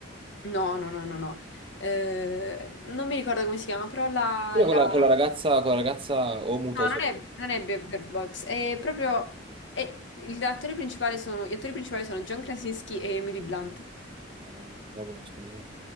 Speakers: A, on the left; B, on the right.
A: No, no, no, no, no. Eh, non mi ricordo come si chiama, però la...
B: Quello
A: la-
B: con la, con la ragazza, con la ragazza o muto
A: No,
B: o solo.
A: non è, non è Bi- Bird Box, è proprio... è- l'attore principale sono- Gli attori principali sono John Krasinski e Emily Blunt,
B: No, Non lo conosco, mi sa.